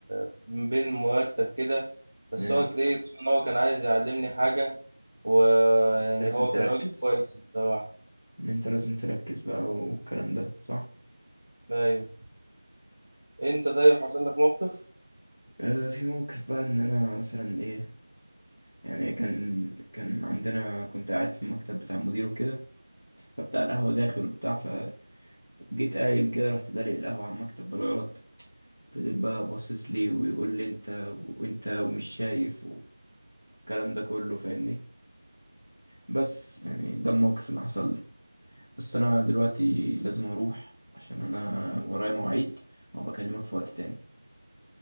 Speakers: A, on the right (about 40°); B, on the left (about 75°).
A: في- بين مرتب كده بس
B: ايه
A: هو تلاقيه ان هو كان عايز يعلمني حاجه ويعني
B: انت لازم
A: هو
B: تركز
A: كان راجل كويس الصراحه
B: ان انت لازم تركز بقى والكلام ده صح
A: ايوه انت طيب حصل لك موقف
B: اه في موقف بقى ان انا مثلا ايه يعني كان كان عندنا كنت قاعد في المكتب بتاع المدير وكده فبتاع القهوه داخل وبتاع فجيت قايم كده رحت دلق القهوه على المكتب بالغلط فضل بقى باصص لي ويقول لي انت وانت ومش شايف والكلام ده كله فاهمني بس يعني ده الموقف اللي حصل لي بس انا دلوقتي لازم اروح عشان انا ورايا مواعيد وبكلمك في وقت تاني